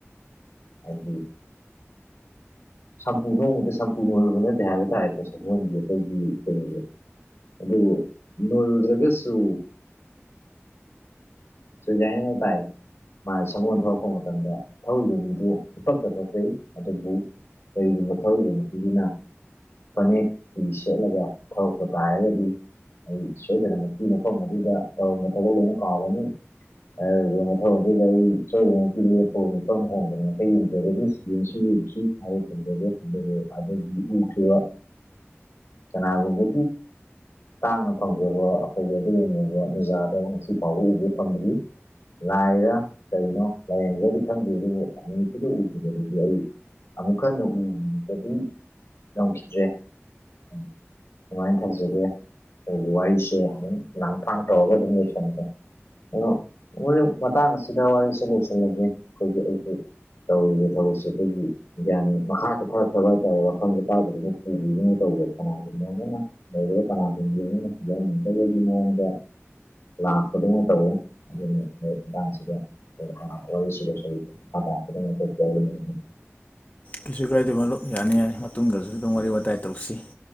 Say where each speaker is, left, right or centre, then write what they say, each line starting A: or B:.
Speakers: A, on the left; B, on the left.
A: ꯑꯗꯨ ꯁꯝꯄꯨ ꯅꯣꯡꯃꯗ ꯁꯝꯄꯨꯅ ꯑꯣꯏꯔꯨꯕ ꯅꯠꯇ ꯍꯥꯏꯕꯗꯥꯔꯦꯀ ꯁꯄꯗꯤꯏꯒꯤ ꯀꯩꯅꯦ ꯑꯗꯨ ꯅꯣꯌꯗ꯭ꯔꯒꯁꯨ ꯁꯨꯖ ꯅ ꯇꯥꯏ ꯃꯥꯒꯤ ꯁꯒꯣꯜ ꯊꯂꯛꯄ ꯃꯇꯝꯗ ꯊꯧꯔꯤꯕ ꯃꯤꯗꯨ ꯏꯇꯛꯇ ꯄꯛꯆꯩ ꯑꯗꯨꯕꯨ ꯀꯔꯤꯒꯨꯝꯕ ꯊꯧꯔꯤꯕ ꯅꯨꯄꯤꯗꯨꯅ ꯐꯅꯦꯛ ꯐꯤ ꯁꯦꯠꯂꯒ ꯊꯔꯛꯄ ꯇꯥꯔꯒꯗꯤ ꯑꯩ ꯁꯣꯏꯗꯔ ꯅꯨꯄꯤ ꯃꯐꯝ ꯑꯗꯨꯗ ꯇꯧꯔꯝꯕ ꯊꯕꯛ ꯂꯣꯏꯅ ꯀꯥꯎꯒꯅꯤ ꯑꯗꯨꯒ ꯃꯧ ꯑꯗꯨꯗ ꯑꯩ ꯁꯣꯏꯗꯅꯀꯤ ꯂꯦꯞꯄ ꯃ ꯍꯣꯡꯗꯅ ꯉꯩ ꯌꯦꯡꯖꯒꯗꯤ ꯌꯦꯡꯁꯤ ꯌꯦꯡꯁꯤ ꯃ ꯐꯩꯖꯒꯦ ꯑꯗꯨꯒ ꯑꯗꯨꯗꯒꯤ ꯅꯨꯡꯈꯤꯕ ꯆꯅꯥꯒꯨꯕ ꯇꯥꯡꯅ ꯐꯪꯖꯕ ꯑꯩꯈꯣꯏꯒꯤ ꯑꯗ ꯌꯦꯡꯉꯕ ꯃꯖꯥꯗ ꯉꯁꯤ ꯐꯥꯎꯕ ꯎꯕ ꯐꯪꯗ꯭ꯔꯤ ꯂꯥꯏꯔ ꯀꯩꯅꯣ ꯂꯥꯏꯌꯦꯡꯒꯗꯤ ꯊꯝꯗꯦ ꯑꯗꯨꯕꯨ ꯅꯨꯃꯤꯠꯇꯨꯗ ꯎꯈꯤꯕꯗꯤ ꯑꯩ ꯑꯃꯨꯛ ꯍꯟꯅ ꯎꯕꯗꯤ ꯉꯝꯈꯤꯗ꯭ꯔꯦ ꯎꯝ ꯑꯗꯨꯃꯥꯏꯅ ꯊꯝꯖꯒꯦ ꯑꯩꯒꯤ ꯋꯥꯔꯤꯁꯦ ꯑꯗꯨꯝ ꯂꯥꯡꯊꯥꯡ ꯇꯧꯔꯒ ꯑꯗꯨꯝ ꯌꯣꯏꯁꯟꯒꯦ ꯑꯗꯣ ꯃꯣꯏ ꯃꯇꯥꯡ ꯑꯁꯤꯗ ꯋꯥꯔꯤꯁꯤ ꯂꯣꯏꯁꯤꯜꯂꯒꯦ ꯑꯩꯈꯣꯏꯒꯤ ꯑꯩꯁꯨ ꯇꯧ ꯊꯁꯦ ꯑꯩꯈꯣꯏꯒꯤ ꯌꯥꯅꯤ ꯃꯈꯥꯁꯨ ꯐꯔꯛꯇꯕ ꯍꯥꯏꯇꯥꯔꯦ ꯋꯥꯈꯐꯝꯁ ꯇꯥꯎꯗ ꯄꯨꯕꯤꯗꯨꯅ ꯇꯧꯕ ꯀꯅꯥꯒꯅ ꯀꯅꯥꯒꯨꯝꯒꯤꯅꯤꯅꯤ ꯌꯥꯅꯤꯡꯗꯕꯒꯤ ꯃꯑꯣꯡꯗ ꯂꯥꯛꯄꯗꯤꯡꯅ ꯇꯧꯋꯤ ꯑꯗꯨ ꯃꯇꯥꯡꯁꯤꯗ ꯋꯥꯔꯤꯁꯤꯗꯁꯨ <unintelligible>
B: ꯀꯩꯁꯨ ꯀꯥꯏꯗꯤ ꯃꯔꯨꯞ ꯌꯥꯅꯤ ꯌꯥꯔꯦ ꯃꯇꯨꯡꯗꯁꯨ ꯑꯗꯨꯝ ꯋꯥꯔꯤ ꯋꯥꯇꯥꯏ ꯇꯧꯁꯤ